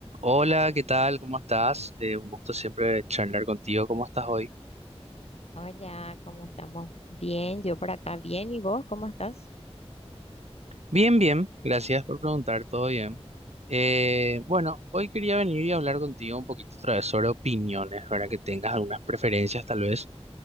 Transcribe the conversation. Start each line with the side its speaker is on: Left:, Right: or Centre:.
Right: Hola, ¿qué tal? ¿Cómo estás? Eh, un gusto siempre charlar contigo. ¿Cómo estás hoy?
Left: Hola, ¿cómo estamos? Bien, yo por acá bien. ¿Y vos cómo estás?
Right: Bien, bien. Gracias por preguntar. ¿Todo bien? Eh, bueno, hoy quería venir y hablar contigo un poquito otra vez sobre opiniones, ¿verdad? Que tengas algunas preferencias tal vez.